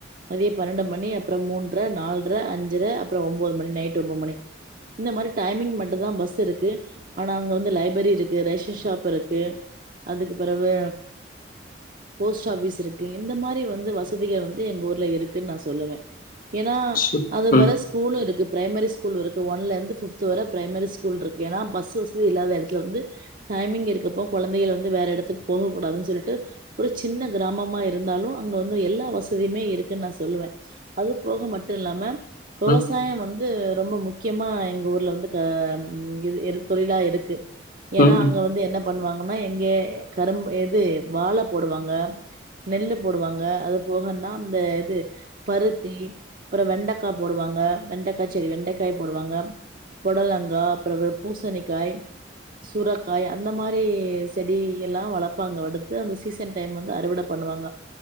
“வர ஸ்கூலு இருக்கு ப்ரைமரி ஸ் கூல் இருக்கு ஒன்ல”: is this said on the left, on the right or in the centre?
Right